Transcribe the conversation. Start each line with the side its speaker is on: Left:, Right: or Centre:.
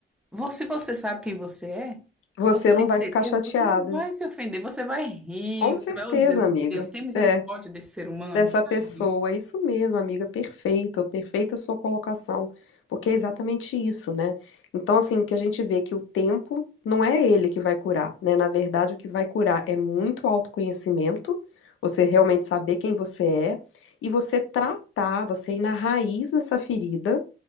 Centre: Você, se você sabe quem você é, se
Left: você
Centre: você tem
Left: não vai
Centre: certeza,
Left: ficar chateada.
Centre: você não vai se ofender, você vai rir,
Left: Com
Centre: você
Left: certeza,
Centre: vai dizer,
Left: amiga.
Centre: Deus, tem misericórdia
Left: É.
Centre: desse ser humano,
Left: dessa
Centre: sabe?
Left: pessoa. Isso mesmo, amiga, perfeito, perfeita sua colocação, porque é exatamente isso, né? Então, assim, o que a gente vê é que o tempo não é ele que vai curar, né? Na verdade, o que vai curar é muito autoconhecimento, você realmente saber quem você é e você tratar, você ir na raiz dessa ferida